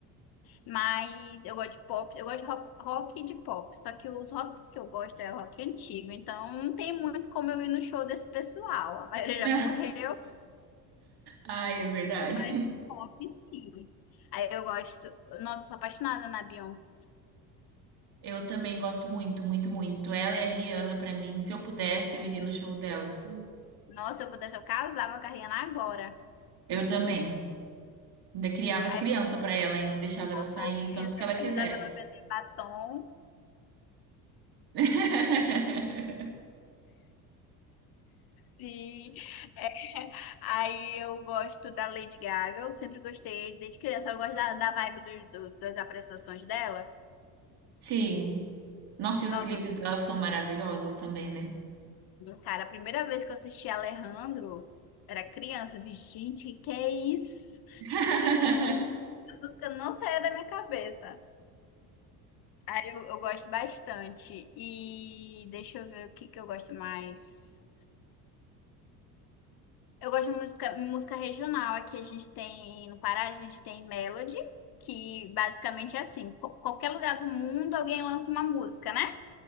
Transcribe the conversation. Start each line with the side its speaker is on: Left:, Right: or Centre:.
Left: mas eu gosto de pop, eu gosto de rock, rock e de pop. Só que os rocks que eu gosto é rock antigo, então não tem muito como eu ir no show desse pessoal. A maioria
Right: <laughs>
Left: já morreu.
Right: Ai, é verdade.
Left: Mas pop, sim. Aí eu gosto. Nossa, eu sou apaixonada na Beyoncé.
Right: Eu também gosto muito, muito, muito. Ela e a Rihanna, pra mim, se eu pudesse, eu
Left: E,
Right: iria no show delas.
Left: nossa, se eu pudesse, eu casava com a Rihanna agora.
Right: Eu também. Ainda criava
Left: Aí
Right: as crianças
Left: eu,
Right: pra ela, ainda deixava
Left: com
Right: ela
Left: certeza.
Right: sair o tanto que ela quisesse.
Left: Ajudava ela a vender batom.
Right: <laughs>
Left: Sim. É. Aí eu gosto da Lady Gaga. Eu sempre gostei desde criança. Eu gosto da, da vibe do, do- das apresentações dela.
Right: Sim. Nossa, e
Left: Nossa,
Right: os clipes dela são maravilhosos também, né?
Left: cara, a primeira vez que eu assisti Alejandro, era criança. Eu fiz, gente, que que é isso?
Right: <laughs>
Left: A música não saía da minha cabeça. Aí eu, eu gosto bastante. E deixa eu ver o que que eu gosto mais. Eu gosto de música, música regional. Aqui a gente tem, no Pará, a gente tem Melody, que basicamente é assim: qu- qualquer lugar do mundo alguém lança uma música, né?